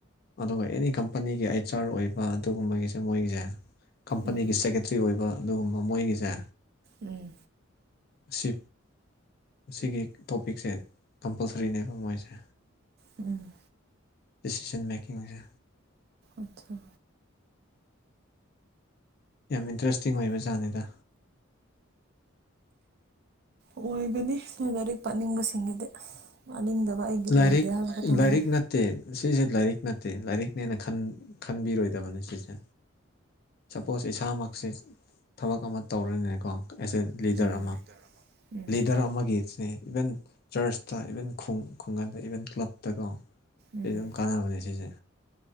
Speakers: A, on the left; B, on the right.
A: ꯑꯗꯨꯒ ꯑꯦꯅꯤ ꯀꯝꯄꯅꯤꯒꯤ ꯑꯩꯆ ꯑꯥꯔ ꯑꯣꯏꯕ ꯑꯗꯨꯒꯨꯝꯕꯒꯤꯁꯦ ꯃꯣꯏꯒꯤꯁꯦ ꯀꯝꯄꯅꯤꯒꯤ
B: ꯎꯝ
A: ꯁꯦꯀ꯭ꯔꯦꯇꯔꯤ ꯑꯣꯏꯕ ꯑꯗꯨꯒꯨꯝꯕ ꯃꯣꯏꯒꯤꯁꯦ
B: ꯎꯝ
A: ꯑꯁꯤ ꯁꯤꯒꯤ ꯇꯣꯄꯤꯛꯁꯦ ꯀꯝꯄꯜꯁꯔꯤꯅꯦꯕ ꯃꯣꯏꯁꯦ
B: ꯎꯝ
A: ꯗꯤꯁꯤꯖꯟ ꯃꯦꯀꯤꯡꯁꯦ
B: ꯑꯆꯥ
A: ꯌꯥꯝ ꯏꯟꯇꯔꯦꯁꯇꯤꯡ ꯑꯣꯏꯕ ꯖꯍꯥꯟꯅꯤꯗ
B: ꯑꯣꯏꯒꯅꯤ ꯂꯥꯏꯔꯤꯛ ꯄꯥꯅꯤꯡꯕꯁꯤꯡꯒꯤꯗꯤ ꯄꯥꯅꯤꯡꯗꯕ ꯑꯩꯒꯤ
A: ꯂꯥꯏꯔꯤꯛ
B: ꯑꯣꯏꯗꯦ ꯍꯥꯏꯕ ꯈꯛꯇꯪꯅꯦ
A: ꯂꯥꯏꯔꯤꯛ ꯅꯠꯇꯦ ꯁꯤꯁꯦ ꯂꯥꯏꯔꯤꯛ ꯅꯠꯇꯦ ꯅꯠꯇꯦ ꯂꯥꯏꯔꯤꯛꯅꯦꯅ ꯈꯟꯕꯤꯔꯣꯏꯗꯕꯅꯤ ꯁꯤꯁꯦ ꯁꯄꯣꯁ ꯏꯁꯥꯃꯛꯁꯦ ꯊꯕꯛ ꯑꯃ ꯇꯧꯔꯤꯅꯤꯅꯦꯀꯣ ꯑꯦꯁ ꯑꯦ ꯂꯤꯗꯔ
B: ꯎꯝ
A: ꯑꯃ
B: ꯎꯝ
A: ꯂꯤꯗꯔ ꯑꯃꯒꯤꯁꯦ ꯏꯚꯟ ꯆꯔꯁꯇ ꯏꯚꯟ ꯈꯨꯡꯒꯪꯗ ꯏꯚꯟ ꯀ꯭ꯂꯞꯇꯀꯣ
B: ꯎꯝ
A: ꯁꯤ ꯑꯗꯨꯝ ꯀꯥꯟꯅꯕꯅꯦ ꯁꯤꯁꯦ